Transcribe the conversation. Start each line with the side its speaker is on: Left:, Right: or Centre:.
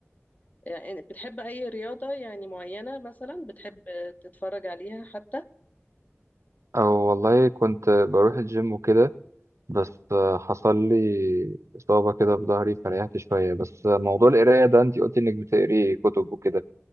Left: يعني بتحب اي رياضه يعني معينه مثلا بتحب تتفرج عليها حتى
Right: أو والله كنت بروح الجيم وكده بس آه حصل لي إصابة كده في ظهري فريحت شوية بس آه، موضوع القراية ده إنتي قلتي إنك بتقري كتب وكده